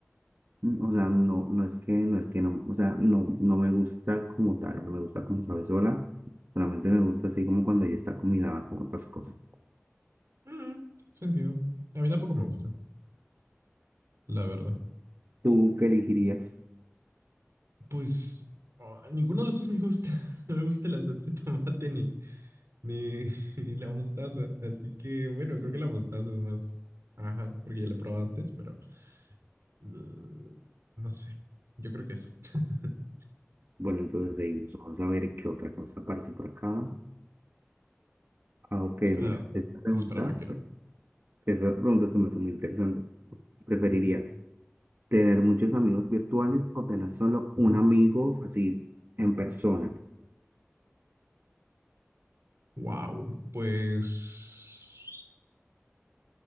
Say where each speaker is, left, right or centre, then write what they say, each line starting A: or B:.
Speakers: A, on the right (about 55°); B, on the right (about 85°).
A: Mm, O sea, no, no es que, no es que no, o sea, no, no me gusta como tal, no me gusta como sabe sola, solamente me gusta así como cuando ya está combinada con otras cosas.
B: Mm, sentido. A mí tampoco me gusta, la verdad.
A: ¿Tú qué elegirías?
B: Pues oh, ninguno de estos me gusta. <laughs> No me gusta la salsa de tomate ni, ni, <laughs> ni la mostaza. Así que bueno, creo que la mostaza es más. Ajá, porque ya la he probado antes, pero uh, no sé. Yo creo que eso. <laughs>
A: Bueno, entonces seguimos. Vamos a ver qué otra cosa aparece por acá. Ah, ok,
B: Disparado.
A: mira, esta pregunta,
B: Dispara vaquero.
A: esa pregunta se me hace muy interesante. ¿Preferirías tener muchos amigos virtuales o tener solo un amigo así en persona?
B: Wow. Pues.